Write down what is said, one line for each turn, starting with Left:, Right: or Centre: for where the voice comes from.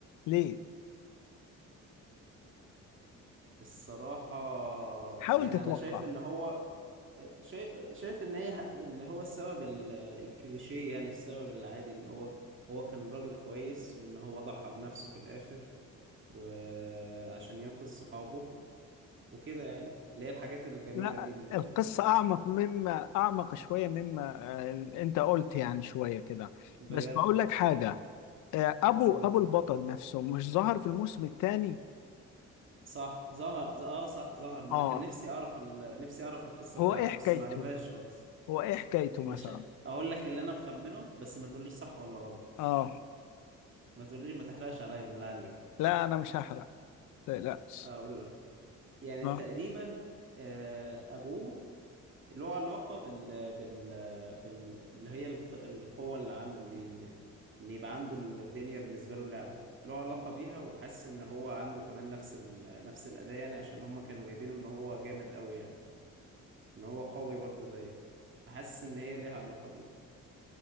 Left: ليه
Right: الصراحة
Left: حاول
Right: يعني
Left: تتوقع
Right: أنا شايف إن هو شايف شايف ان هي ان هو السبب ال- الكليشيه يعني السبب العادي ان هو هو كان راجل كويس وان هو ضحى بنفسه في الاخر وعشان ينقذ صحابه وكده يعني اللي هي الحاجات الجميله
Left: لا
Right: دي ال-
Left: القصة أعمق مما أعمق شوية مما آه، أنت قلت يعني شوية كده
Right: بجد
Left: بس بقول لك حاجة آه، أبو
Right: قول
Left: أبو البطل نفسه مش ظهر في الموسم الثاني
Right: صح ظهر ز- اه صح ظهر ما
Left: آه
Right: انا كان نفسي اعرف ال... نفسي اعرف القصه
Left: هو
Right: بتاعته
Left: إيه حكايته
Right: بس ما قالوهاش خالص
Left: هو إيه حكايته مثلا
Right: مش ه- اقول لك اللي انا مخمنه بس ما تقوليش صح ولا غلط
Left: آه
Right: ما تقوليش ما تحرقش عليا بالله عليك
Left: لا أنا مش هحرق متقلقش
Right: اقول لك يعني
Left: آه
Right: تقريبا آه، ابوه له علاقة بال بال بال اللي هي الق- القوة اللي عنده دي إن إن يبقى عنده الدنيا بالنسبة له لعبة له علاقة بيها وحاسس إن هو عنده كمان نفس ال... نفس الأداء يعني عشان هما كانوا جايبينه إن هو جامد أوي يعني إن هو قوي برضه زيه فحاسس إن هي ليها علاقة بيه